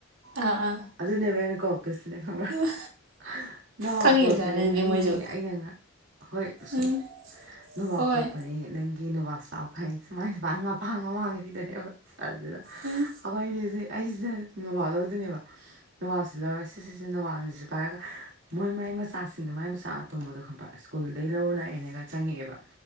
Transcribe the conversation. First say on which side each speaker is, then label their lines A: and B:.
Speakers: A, on the right (about 80°); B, on the right (about 60°).
A: ꯑꯥ ꯑꯥ
B: ꯑꯗꯨꯅꯦꯕ ꯑꯩꯅ ꯁꯤꯅꯦ ꯈꯪꯕ꯭ꯔꯥ
A: ꯏꯃꯥ
B: ꯍꯥ ꯅꯋꯥ
A: ꯈꯪꯉꯤꯕꯖꯥꯠꯅꯤ
B: ꯄꯨꯔꯛꯄꯅꯦ
A: ꯑꯗꯨꯗꯤ
B: ꯅꯪꯒꯤ
A: ꯃꯣꯏꯁꯨ
B: ꯑꯩꯅ ꯉ ꯍꯣꯏ ꯁꯨꯝ
A: ꯎꯝ
B: ꯅꯣꯕꯥ꯭ꯕ
A: ꯍꯣꯏ
B: ꯄꯣꯔꯛꯄꯅꯦ ꯅꯪ ꯒꯤ ꯅꯣꯕꯥꯞ ꯆꯥꯎ ꯈꯥꯏ ꯃꯥꯏ ꯅꯨꯄꯥꯅ ꯃꯄꯥꯡ ꯃꯃꯥꯡꯒꯤꯗꯅꯦꯕ ꯁꯔꯖꯤꯅ
A: ꯎꯝ
B: ꯑꯩꯈꯣꯏ ꯅꯤꯖꯦ ꯑꯩꯖꯤꯅ ꯅꯣꯕꯥꯞ ꯂꯧꯗꯣꯏꯅꯦꯕ ꯅꯣꯕꯥꯞꯁꯤ ꯂꯧꯔ ꯁꯦ ꯁꯦ ꯁꯦ ꯅꯣꯕꯥꯞꯅꯤ ꯖꯤ ꯄꯥꯏꯔꯒ ꯃꯣꯏ ꯃꯥꯏ ꯃꯆꯥꯁꯤꯡꯗꯣ ꯃꯥꯏ ꯃꯆꯥ ꯑꯇꯣꯝꯕꯗꯣ ꯈꯪꯕ꯭ꯔꯥ ꯀꯨꯜꯗꯩꯩ ꯂꯧꯔ ꯂꯥꯛꯑꯦꯅ ꯒꯥ ꯆꯪꯉꯛꯑꯦꯕ